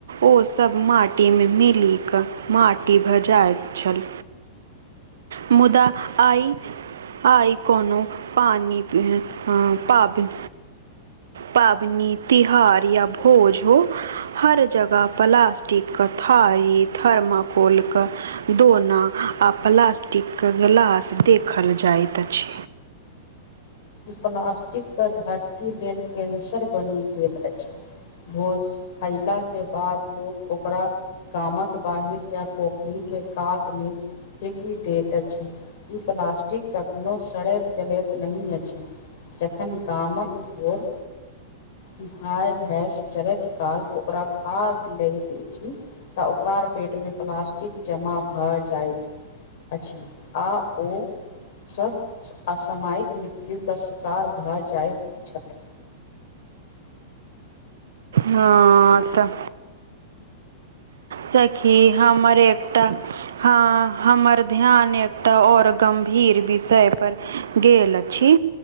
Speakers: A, on the right; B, on the left.
A: ओसभ माटी मे मिल कऽ माट टी भऽ जाइत छल मुदा आइ आइ कोनो पानि ह-ह पाबनि पाबनी तिहार या भोज हो हर जगह प्लास्टिकके थारी थर्माकोलके दोना आ प्लास्टिक के गिलास देखल जाइत अछि।
B: इ प्लास्टिक तऽ धरती लेल कैन्सर बनि गेल अछि। भोज खयलाक के बाद लोक ओकरा गामक बाहर या पोखरी के कात में फेकी दैत अछि ई प्लास्टिक कखनो सड़ैत गलैत नय अछि। जखन गामक घोर भाय भैंस चरैत काल ओकरा खा लैत अछि। तऽ ओकर पेट मे प्लास्टिक जमा भऽ जायत अछि, आ ओ सभ असमयक के शिकार भऽ जाइत छथि।
A: हँ तऽ। सखी हमर एकटा हँ हमर ध्यान एकटा और गम्भीर विषय पर गेल अछि,